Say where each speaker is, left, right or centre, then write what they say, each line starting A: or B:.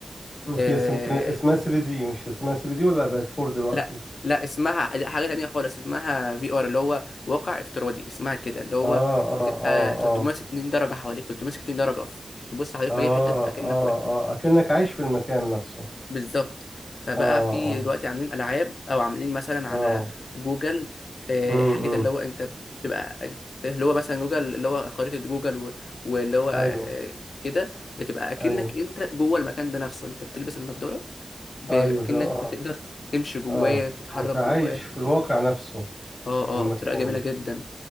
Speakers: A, on the left; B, on the left.
A: <laughs>
B: آه،
A: هي اسم... كان اسمها 3 دي مش اسمها 3 دي ولا بقت 4 دلوقتي
B: لا لا اسمها لا، حاجة تانية خالص اسمها في ار اللي هو واقع افتراضي اسمها كده اللي هو
A: اه
B: بتبقى
A: اه اه
B: 360
A: اه
B: درجة حواليك 360 درجة ف- تبص حواليك
A: اه
B: في أي حتة تبقى كأنك
A: اه
B: واقف
A: اه اكنك عايش في المكان نفسه
B: بالظبط فبقى
A: اه
B: في
A: اه
B: دلوقتي عاملين ألعاب أو عاملين مثلا على
A: اه
B: جوجل آه،
A: امم
B: حاجات اللي هو أنت بتبقى اللي هو مثلا جوجل اللي هو خريطة جوجل و- واللي هو آه،
A: ايوه
B: كده بتبقى أكنك
A: ايوه
B: أنت جوه المكان ده نفسه أنت بتلبس النضارة ب-
A: ايوه
B: أكنك
A: اه
B: بتقدر تمشي جواه
A: اه
B: بتتحرك
A: متعايش
B: جواه
A: في الواقع نفسه
B: اه
A: في
B: اه
A: المكان
B: بطريقه جميله جدا